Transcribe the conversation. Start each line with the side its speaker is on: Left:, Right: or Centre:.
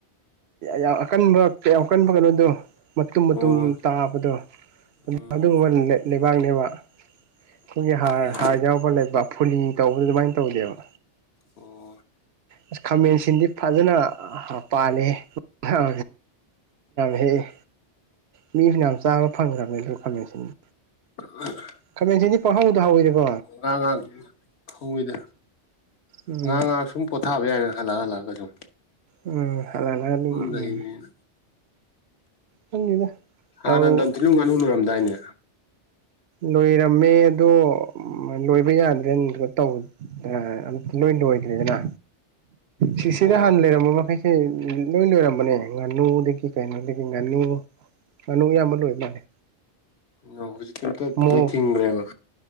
Right: ꯌꯥꯝ ꯑꯀꯟꯕ ꯀ ꯌꯥꯝꯀꯟꯕ ꯀꯩꯅꯣꯗꯣ ꯃꯇꯨꯝ ꯃꯇꯨꯝ
Left: ꯑꯣ
Right: ꯇꯥꯕꯗꯣ
Left: ꯎꯝ
Right: ꯑꯗꯨꯒꯨꯝꯕ ꯂꯩꯕꯥꯛꯅꯦꯕ ꯑꯩꯈꯣꯏꯒꯤ ꯍꯥꯔ
Left: ꯎꯝ
Right: ꯍꯥꯔ ꯌꯥꯎꯕ ꯂꯩꯕ ꯐꯨꯂꯤ ꯇꯧꯕꯗ ꯑꯗꯨꯃꯥꯏꯅ ꯇꯧꯗꯦꯕ
Left: ꯑꯣ
Right: ꯑꯁ ꯈꯥꯃꯦꯟꯁꯤꯗꯤ ꯐꯖꯅ ꯄꯥꯜꯂꯤ ꯑ ꯍꯦꯛ ꯃꯤꯁꯨꯅ ꯌꯥꯝ ꯆꯥꯕ ꯐꯪꯈ꯭ꯔꯕꯅꯦ ꯑꯗꯨ ꯐꯁꯤꯅꯤ
Left: ꯑ
Right: ꯈꯥꯃꯦꯟꯁꯤꯗꯤ ꯄꯪꯍꯧꯗ ꯍꯧꯋꯔꯦꯀꯣ
Left: ꯉꯥ ꯉꯥꯏꯍꯥꯛ ꯐꯉꯤꯗ
Right: ꯎꯝ
Left: ꯉꯍꯥꯛ ꯉꯥꯏꯍꯥꯛ ꯁꯨꯝ ꯊꯥꯕ ꯌꯥꯔꯅ ꯍꯂ ꯍꯂ ꯀꯖꯣ
Right: ꯎ ꯍꯥꯛꯂꯑ ꯎꯝ
Left: ꯂꯩꯕꯅꯤꯅ
Right: ꯈꯪꯗꯦꯗ
Left: ꯍꯥꯟꯅ
Right: ꯇꯧ
Left: ꯗꯊꯤꯅꯨ ꯉꯥꯅꯨ ꯂꯣꯏꯔꯝꯗꯥꯏꯅꯦ
Right: ꯂꯣꯏꯔꯝꯃꯦ ꯑꯗꯣ ꯂꯣꯏꯕ ꯌꯥꯗ꯭ꯔꯦꯅ ꯇꯧꯕ ꯑꯝ ꯂꯣꯏ ꯂꯣꯏꯗ꯭ꯔꯦꯗꯅ ꯁꯤꯁꯤꯗ
Left: ꯑꯣ
Right: ꯍꯥꯟꯅ ꯂꯩꯔꯝꯕ ꯃꯈꯩ ꯁꯤ ꯂꯣꯏ ꯂꯣꯏꯔꯝꯕꯅꯦ ꯉꯥꯅꯨꯗꯒꯤ ꯀꯩꯅꯣꯗꯒꯤ ꯉꯥꯅꯨ ꯉꯥꯅꯨ ꯑꯌꯥꯝꯕ ꯂꯣꯏ ꯃꯥꯜꯂꯦ
Left: ꯑꯣ ꯍꯧꯖꯤꯛꯇꯤ ꯑꯝꯇ
Right: ꯃꯣꯔꯣꯛ
Left: ꯂꯣꯏ ꯊꯤꯡꯈ꯭ꯔꯦꯕ